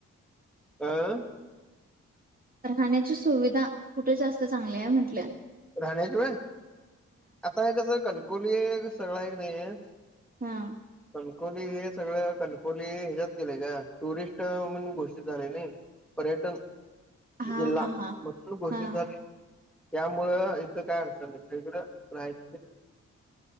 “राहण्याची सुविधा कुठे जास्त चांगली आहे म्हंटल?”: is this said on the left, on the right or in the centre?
Right